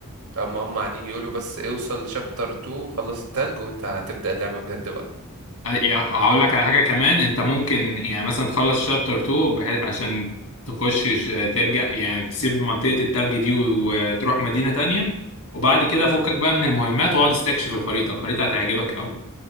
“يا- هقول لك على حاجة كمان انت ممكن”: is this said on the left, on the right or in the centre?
Left